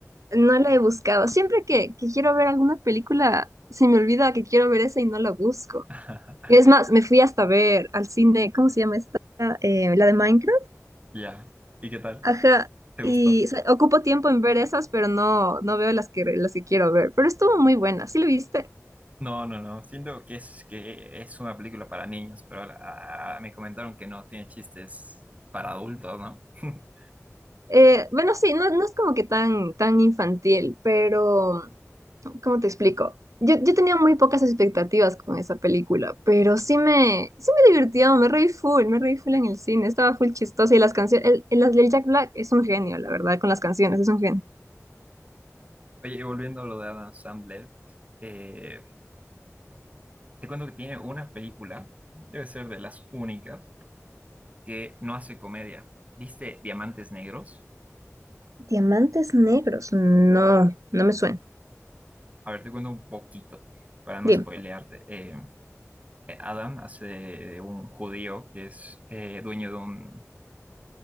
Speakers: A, on the right; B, on the right.
A: No la he buscado, siempre que, que quiero ver alguna película, se me olvida que quiero ver esa y no la busco.
B: <laughs>
A: Es más, me fui hasta ver al cine, ¿cómo se llama esta? Eh, la de Minecraft.
B: Ya. ¿Y qué tal?
A: Ajá,
B: ¿Te
A: y
B: gustó?
A: o sea, ocupo tiempo en ver esas, pero no, no veo las que, las que quiero ver. Pero estuvo muy buena, ¿sí lo viste?
B: No, no, no. Siento que es, que es una película para niños, pero a- a- me comentaron que no tiene chistes para adultos, ¿no? <laughs>
A: Eh, bueno, sí, no, no es como que tan, tan infantil, pero ¿cómo te explico? Yo, yo tenía muy pocas expectativas con esa película, pero sí me, sí me divirtió, me reí full, me reí full en el cine, estaba full chistosa y las canciones, el, el, el Jack Black es un genio, la verdad, con las canciones, es un genio.
B: Oye, y volviendo a lo de Adam Sandler, eh, te cuento que tiene una película, debe ser de las únicas, que no hace comedia. ¿Viste Diamantes Negros?
A: Diamantes negros, no, no me suena.
B: A ver, te cuento un poquito para no
A: Dime,
B: spoilearte. Eh, eh, Adam hace un judío que es eh, dueño de un,